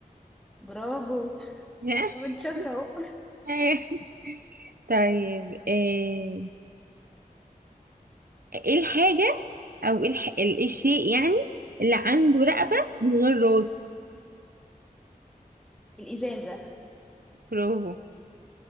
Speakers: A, in the centre; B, on the right (about 75°).
A: برافو
B: <laughs>
A: طب انت شاطرة اهو
B: أيوة. طيب آه، ايه الحاجة او ايه الح... ال- إيه الشيء يعني اللي عنده رقبة من غير راس
A: <laughs> الإزازة
B: برافو